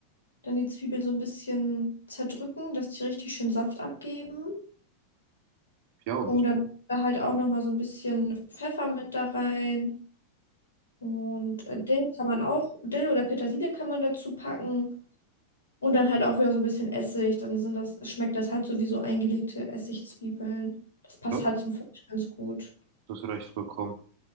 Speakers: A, on the left; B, on the right.
A: dann die Zwiebeln so ein bisschen zerdrücken, dass die richtig schön Saft abgeben.
B: Ja, und
A: Und
B: ich,
A: dann halt auch nochmal so ein bisschen Pfeffer mit da rein. Und äh, Dill kann man auch, Dill oder Petersilie kann man dazu packen. Und dann halt auch wieder so ein bisschen Essig. Dann sind das, schmeckt das halt so wie so eingelegte Essigzwiebeln. Das passt
B: ja,
A: halt zum Fleisch ganz gut.
B: das reicht vollkommen.